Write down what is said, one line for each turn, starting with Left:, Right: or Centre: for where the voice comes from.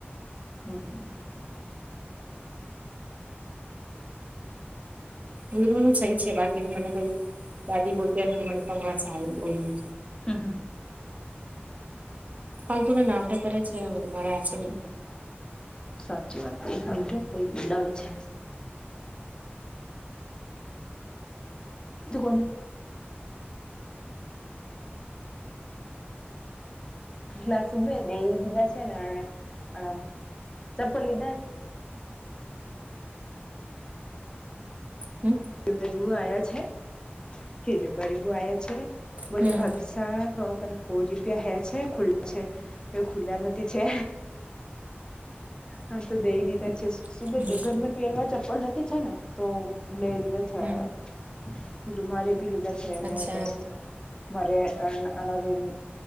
Left: હમ
Right: ગુરુ નું થઈ છે બાકીી મને કઈ દાદી ભોત ન મને સમાસ આવે બોયને
Left: હા હા
Right: પાલ્ગુના નાવટ કરે છે મારે આ છે
Left: સાચી વાત એક મિંટો બોલાવે છે તો કોને <inaudible> યા સુભે દેહી દીધા છે અને ને ચપ્પલ લીધા છે
Right: હમ
Left: હરીવું આયા છે રબારી બુન આયા છે બોલો
Right: હમ
Left: ભાભી શું એલા તો કણ પોચ રૂપિયા હે છે ખુલ્લા છે એ ખુલ્લા નથી છે હા તો દેઈ દીધા છે સુભ
Right: હમ
Left: ઘરમાં પહેરવા ચપ્પલ જ છે ને તો લઈ લીધા
Right: હમ
Left: છે મારે ભી લીધા છે ને
Right: અચ્છા
Left: પૈસા મારે અન અને લઈન